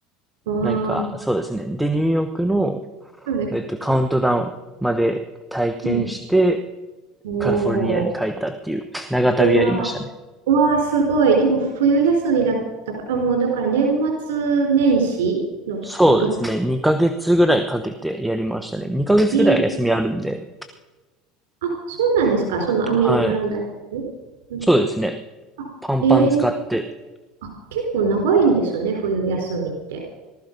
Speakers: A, on the right; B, in the centre.
A: わ
B: なんか、
A: あ、
B: そうですね。で、ニューヨークの、
A: はい。
B: えっと、カウントダウンまで体験して、
A: うん。おー、
B: カリフォルニアに帰ったっていう長旅やりましたね。
A: うわー、うわー、すごい。でも、冬休みだったから、もう、だから、年末年始のとこ、
B: そうですね。
A: 時。
B: 2ヶ月ぐらいかけてやりましたね。2ヶ月ぐらいは休みあるんで。
A: ええー、あ、そうなんですか、そのアメリカの大学。
B: はい。
A: うん
B: そうですね。
A: あ、
B: パンパン使って。
A: ええー、あ、結構長いんですね、冬休みって。